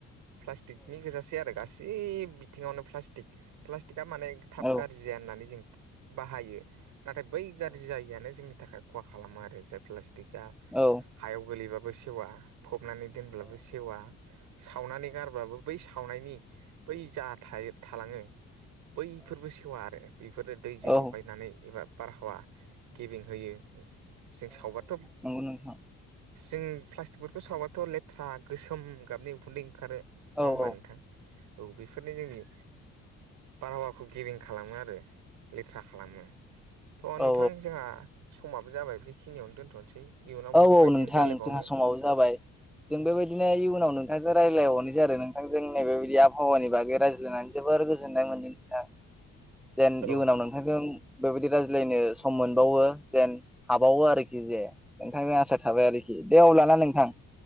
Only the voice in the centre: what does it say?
औ
औ।
औ
नंगौ नोंथां
औ
औ
औ
औ औ नोंथां
जोंहा समाव जाबाय। जों बेबायदिनो इयनाव नोंथांजों रायज्लायहरनो आरो नोंथांजों नै बेबायदि आबहावानि बागै रायज्लायनानै। जोबोर गोजोननाय मोनदों नोंथां जेन
इयुनाव नों नोंथांजों बेबायदि रायज्लायनो सम मोनबावो जेन हाबावो आरोखि जे नोंथांजों आसा थाबाय आरोखि दे अलाना नोंथां।